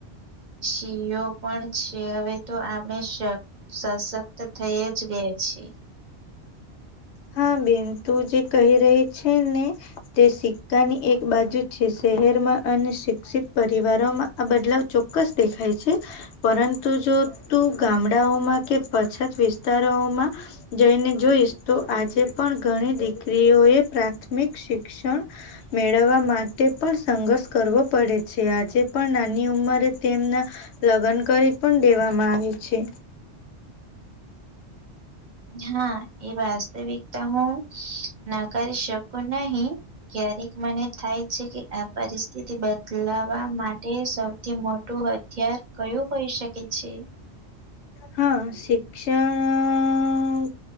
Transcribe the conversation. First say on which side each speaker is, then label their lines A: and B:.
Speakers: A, on the right; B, on the left.
A: સીઓ પણ છે હવે તો આપણે સશક્ત થઈ જ ગયા છે.
B: હા બેન તું જે કહી રહી છે ને? તે સિક્કાની એક બાજુ છે શહેરમાં અને શિક્ષિત પરિવારોમાં આ બદલાવ ચોક્કસ દેખાય છે. પરંતુ જો તું ગામડાઓમાં કે પછાત વિસ્ત વિસ્તારોમાં જઈને જોઈશ તો આજે પણ ઘણી દીકરીઓ એ પ્રાથ પ્રાથમિક શિક્ષણ મેળવવા માટે તે પણ સંઘર્ષ કરવો પડે છે. આજે પણ નાની ઉંમરે તેમના લગ્ન કરી પણ દેવામાં આવે છે.
A: હા એ વાસ્તવિકતા હું નકારી શકું નહી. ક્યારેક મને થાય છે કે આ પરિસ્થિતિ બદલાવા માટે માટે સૌથી મોટું હથિયાર કયું હોઈ શકે છે.
B: હા શિક્ષણ